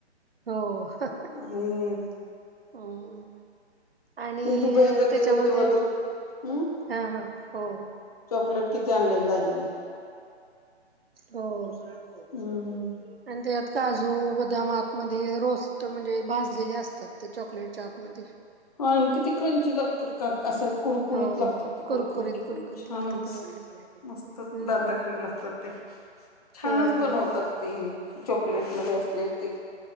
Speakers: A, on the right; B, on the left.
A: हो हं हं
B: आणि
A: हम्मं आणि
B: ते दुबईला
A: त्यांचा
B: गेले
A: मध्यें
B: तेव्हा तर हम्म
A: हां हां हो हो
B: चॉकलेट किती आनलेली दांजीनी
A: हो आणि
B: हम्म.
A: तेतं कांजू बदांम आंत मध्यें रोस्ट म्हणजे भाजलेले असतांत ते चाकलेटच्या आंत मध्यें
B: हो आणि किती क्रंची लागतांत कां असं कुडुकुडीत
A: हो
B: लागतांत ते
A: कुरकुरीत
B: कुरुकुरीत एकदंम
A: कुरकुरीत
B: छानचं
A: लागतात होय
B: मस्तंच
A: हम्म
B: दातांखाली लागतांत ते छानचं
A: होय होय
B: बनवतांत
A: होय
B: ते ते चॉकलेट मध्यें असलेली ते